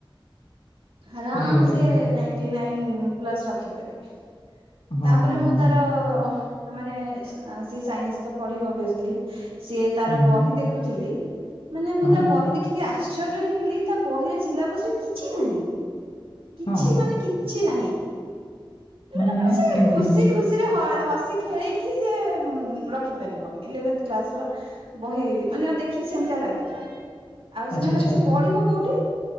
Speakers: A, on the right (about 85°); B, on the left (about 75°).
A: ଆରାମ
B: ଖୋଲିପାରିବୁ।
A: ସେ ଟି ନାଇନ୍ ପ୍ଲସ୍ ରଖିପାରିବେ।
B: ହଁ,
A: ତାପରେ
B: ହଁ,
A: ମୁଁ
B: ହଁ।
A: ତାର ମାନେ ସିଏ ସାଇନ୍ସ ତ ପଢିବ ଅଭିଅସଲି। ସିଏ ତାର
B: ହୁଁ,
A: ବହି ଦେଖୁଥିଲି, ମାନେ
B: ହଁ,
A: ମୁଁ ତାର ବହି ଦେଖିକି ଆଶ୍ଚର୍ଯ୍ୟ ହେଇି ଖିଲି ତା ବହିରେ ସିଲାବସ୍ ରେ କିଛି ନାହିଁ, କିଛି
B: ହଁ,
A: ମାନେ କିଛି ନାହିଁ।
B: ମାନେ
A: ଆ ସେ
B: କେମିତି?
A: ଖୁସି ଖୁସିରେ ହ-ହସି ଖେଳିକି ସିଏ ମ୍-ରଖିପାରିବ ଇଲେଭେନଥ୍ କ୍ଲାସର ବହି ମାନେ ଦେଖିକି ସେମିତିଆ ଲାଗିଲା। ଆଉ
B: ଆଚ୍ଛା,
A: ସେମାନେ
B: ଆଚ୍ଛା,
A: ସେ
B: ଆଚ୍ଛା।
A: ପଢିବ କୋଉଠି,